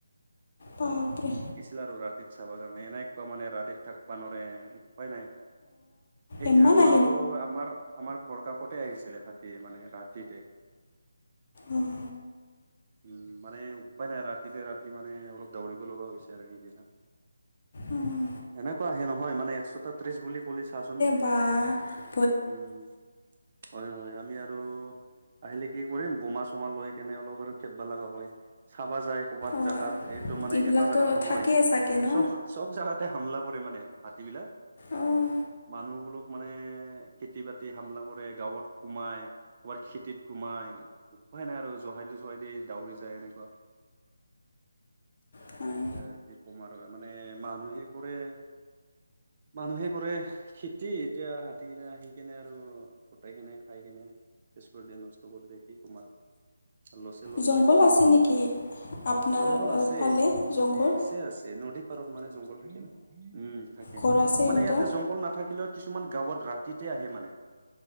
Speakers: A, on the left; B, on the right.
A: বাপৰে।
B: আছিল আৰু ৰাতিত চাব কাৰণে এনেকুৱা মানে, ৰাতিত থাকব নোৱৰে উপায় নাই। সেইদিনাটো
A: এমান
B: আৰু
A: ন <unintelligible>
B: আমাৰ, আমাৰ ঘৰ কাষতে আহিছিলে হাতী মানে ৰাতিতে। <inaudible>
A: অঁ
B: উম' মানে উপায় নাই ৰাতিতে ৰাতি মানে অলপ দৌৰিব লগা হৈছে আৰু সেইদিনা।
A: উম।
B: এনেকুৱা আহে নহয় মানে একশটা ত্ৰিশ বুলি কল চাচোন
A: বাহ।
B: উম, হয় হয় আমি আৰু আহিলে কি কৰিম বোমা চোমা লৈ কেনে অলপ আৰু খেদব লগা হয়, চাবা যায় কৰ'ৰবাত
A: অঁ
B: জেগাত। একদম মানে
A: এইবিলাকতো
B: এটা জাগাত নহয়,
A: থাকেই চাগে ন
B: চব চব জেগাতে হামলা কৰে মানে। হাতীবিলাক,
A: অঁ
B: মানুহবোলক মানে, খেতি বাতি হামলা কৰে গাঁৱত সোমাই কোবাৰ খেতিত সোমাই। উপাই নাই আৰু জহাই দি, জহাই দি দাউৰি যায় এনেকুৱা।
A: হয়
B: এয়া, কি ক'ম আৰু মানে মানুহে কৰে। মানুহে কৰে খেতিত এতিয়া হাতীগিলা আহি কেনে আৰু গোটেই কেনে খাই কেনে চেছ কৰি দিয়ে নষ্ট কৰি দিয়ে কি কম আৰু। লছে লচ
A: জংঘল
B: হৈ যায়
A: আছে
B: মালিকবিলাক।
A: নেকি আপোনাৰ
B: জংঘল আছে,
A: ফালে জংঘল
B: আছে, আছে নদী পাৰত মানে জংঘল থাকে ন, উম, থাকে
A: ঘৰ আছে
B: মানে
A: সিহঁতৰ
B: ইয়াতে জংঘল নাথাকিলেও কিছুমান গাঁৱত ৰাতিতে আহে মানে।